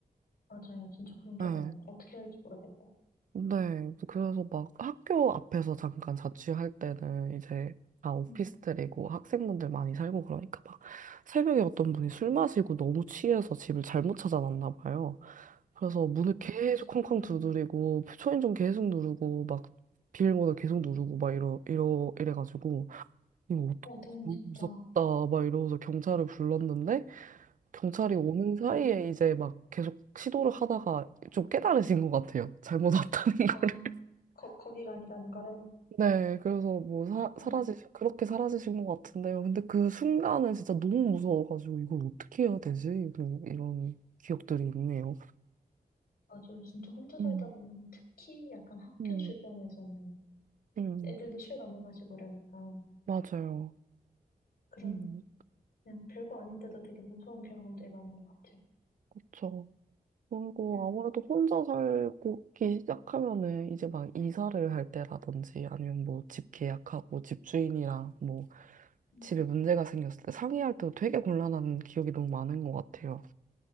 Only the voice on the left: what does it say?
맞아요, 진짜 그런
경험. 어떻게 해야 할지 모르겠고.
응,
맞아요,
맞아요.
응.
와, 너무
무섭다.
응.
아, 거, 거기가 아니라는 거를.
응.
맞아요, 진짜 혼자 살다
보면 특히 약간 학교
주변에서는
애들도 술 많이 마시고 이러니까.
그런
그냥 별거 아닌데도 되게 무서운 경험들이 많은 것 같아요.
응,
응,